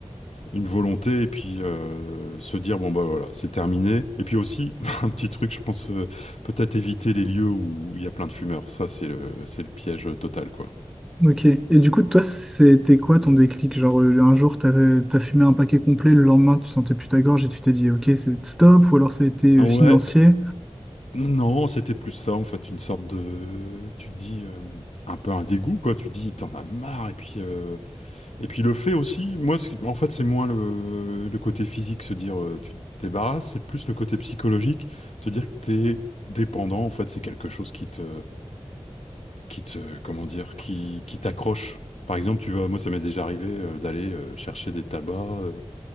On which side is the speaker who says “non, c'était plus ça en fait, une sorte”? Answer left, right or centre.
Left